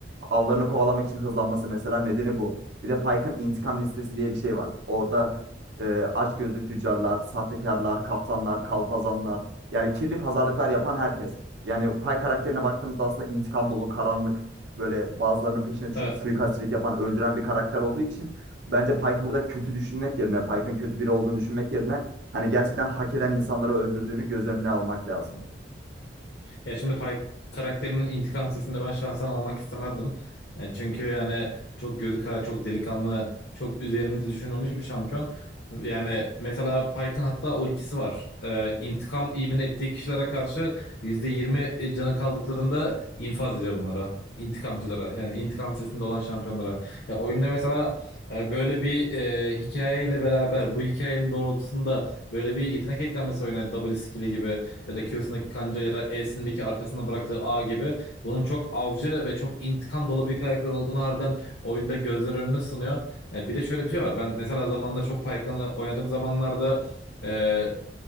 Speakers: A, on the right; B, on the left.
A: avlarını kovalamak için hızlanması mesela nedeni bu. Bir de Pike'ın intikam listesi diye bir şey var. Orada e, açgözlü tüccarlar, sahtekarlar, kaptanlar, kalpazanlar yani kirli pazarlıklar yapan herkes yani Pay karakterine baktığımızda aslında intikam dolu, karanlık, böyle bazılarının peşine düşüp
B: Evet.
A: suikastçilik yapan, öldüren bir karakter olduğu için bence Pike'ı burada kötü düşünmek yerine, Pike'ın kötü biri olduğunu düşünmek yerine hani gerçekten hak eden insanları öldürdüğünü göz önüne almak lazım.
B: Ya şimdi Pike karakterinin intikam sesinde ben şahsen olmak istemezdim. E, çünkü yani çok gözü kara, çok delikanlı, çok üzerinde düşünülmüş bir şampiyon. Yani mesela Pike'ın hatta ultisi var. E, intikam imin ettiği kişilere karşı %20 canı kaldıklarında infaz ediyor bunlara. İntikamcılara yani intikam sesinde olan şampiyonlara. Ya oyunda mesela e, böyle bir e, hikayeyle beraber bu hikayenin doğrultusunda böyle bir yetenek eklenmesi oyuna double skill'i gibi ya da Q'sundaki kanca ya da E'sindeki arkasında bıraktığı A gibi bunun çok avcı ve çok intikam dolu bir karakter olduğunu harbiden oyunda gözler önüne sunuyor. E, bir de şöyle bir şey var. Ben mesela zamanla çok Pyke'ını oynadığım zamanlarda e,